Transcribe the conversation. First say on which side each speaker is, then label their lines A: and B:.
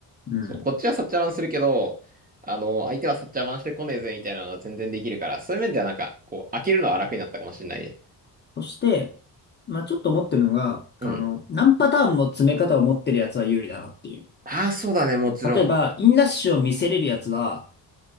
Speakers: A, on the left; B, on the right.
A: うん
B: そう、こっちはサッチャー湾するけど、あの、相手はサッチャー湾してこねえぜみたいなのは全然できるから、そういう面ではなんか、こう、飽きるのは楽になったかもしれないね。
A: そして、まあちょっと思ってるのが、あの、
B: うん。
A: 何パターンも詰め方を持ってるやつは有利だなっていう。
B: ああ、そうだね、もちろん。
A: 例えば、インラッシュを見せれるやつは、